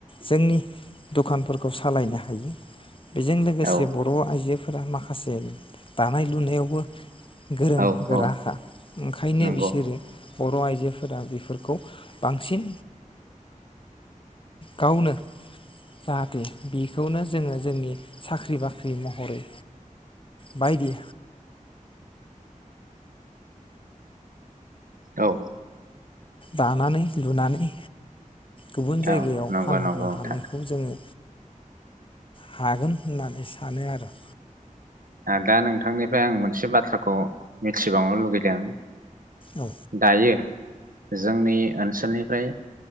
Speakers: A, on the left; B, on the right.
A: जोंनि दखानफोरखौ सालायनो हायो। बेजों लोगोसे
B: औ
A: बर' आइजोफोर फोरा माखासे दानाय लुनायावबो गोरों
B: औ
A: गोराखा
B: औ
A: ओंखायनो
B: नंगौ
A: बिसोरो बर आइजोफोरा बेफोरखौ बांसिन गावनो जाहाथे बेखौनो जोङो जोंनि साख्रि बाख्रि महरै बायदि
B: औ।
A: दानानै लुनानै गुबुन
B: औ
A: जायगायाव
B: नंगौ
A: फानहरनो
B: नंगौ नोंथां
A: हानायखौ जोङो हागोन होननानै सानो आरो
B: ओ दा नोंथांनिफ्राय आं मोनसे बाथ्राखौ मिथिबावनो लुगैदों
A: औ
B: दायो जोंनि ओनसोलनिफ्राय